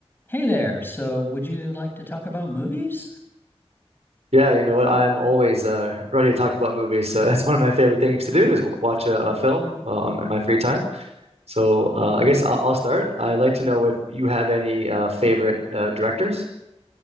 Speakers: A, on the left (about 20°); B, on the right (about 85°).
A: Hey there. So, would you like to talk about movies?
B: Yeah, you know what? I'm always uh, ready to talk about movies. So <laughs> that's one of my favorite things to do is w- watch a, a film uh, um, in my free time. So uh, I guess I'll, I'll start. I'd like to know if you have any uh, favorite uh, directors.